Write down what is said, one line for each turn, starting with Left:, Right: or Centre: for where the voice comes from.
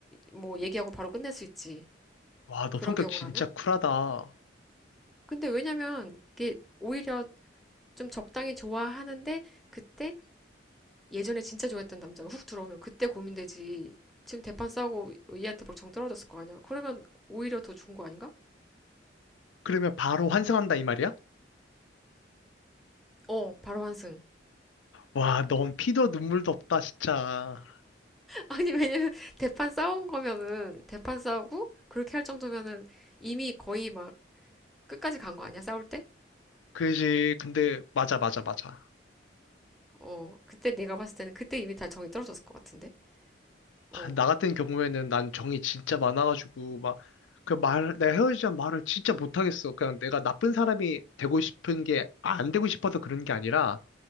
Centre: 뭐 얘기하고 바로 끝낼 수 있지.
Left: 와, 너
Centre: 그런
Left: 성격
Centre: 경우라면.
Left: 진짜 쿨하다.
Centre: 근데 왜냐면 이게 오히려 좀 적당히 좋아하는데 그때 예전에 진짜 좋아했던 남자가 훅 들어오면 그때 고민되지. 지금 대판 싸우고 얘한테 벌정 떨어졌을 거 아니야. 그러면 오히려 더 좋은 거 아닌가?
Left: 그러면 바로 환승한다 이 말이야?
Centre: 어, 바로 환승.
Left: 와, 넌 피도 눈물도 없다, 진짜.
Centre: 아니, 왜냐면, 대판 싸운 거면은, 대판 싸우고, 그렇게 할 정도면은, 이미 거의 막, 끝까지 간 거 아니야? 싸울 때?
Left: 그지. 근데 맞아, 맞아, 맞아.
Centre: 어, 그때 내가 봤을 때는, 그때 이미 다 정이 떨어졌을 것 같은데? 어,
Left: 나 같은 경우에는 난 정이 진짜 많아가지고 막 그 말, 내가 헤어지자는 말을 진짜 못하겠어. 그냥 내가 나쁜 사람이 되고 싶은 게, 아, 안 되고 싶어서 그런 게 아니라